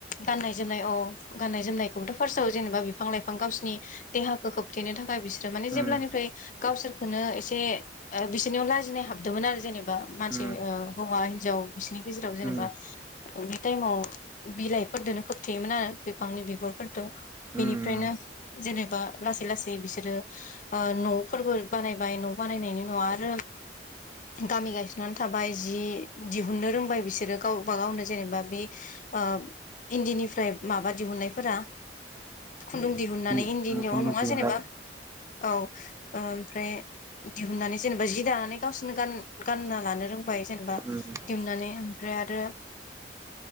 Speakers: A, on the left (about 45°); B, on the right (about 15°).
A: गाननाय जोमनाय औ गाननाय जोमनायखौबोथ' फार्स्टआव जेनेबा बिफां लाइफां गावसिनि देहाखौ खोबथेनो थाखाय बिसो सो माने जेब्लानिफ्राय
B: उम
A: गावसोरखौनो एसे बिसोरनियाव लाजिनाय हाबदोंमोन आरो जेने बा मानसि
B: उम
A: हौवा हिनजाव बिसिनि गेजेराव जेनेबा
B: उम
A: बे टाइमाव बिलाइफोरदोनो खोबथेयोमोन आरो बिफांनि बिगुरफोरदो
B: उम
A: बेनिफ्रायनो जेने बा लासै लासै बिसोरो ओ न'फोरबो बानायबाय न' बानायनायनि उनाव आरो गामि गायसननानै थाबाय जि दिहुननो रोंबाय बिसोरो गावबा गावनो जेनेबा बे ओ इन्दिनिफ्राय माबा दिहुननायफोरा खुन्दुं दिहुननानै
B: जि
A: इन्दियाव
B: उम खुन्दुं
A: नङा
B: दिहुननाय
A: जेनेबा औ ओमफ्राय दिहुननानै जेनेबा जि दानानै गावसोरनो गान गानना लानो रोंबाय जेनेबा
B: उम
A: दिहुनानै ओमफ्राय आरो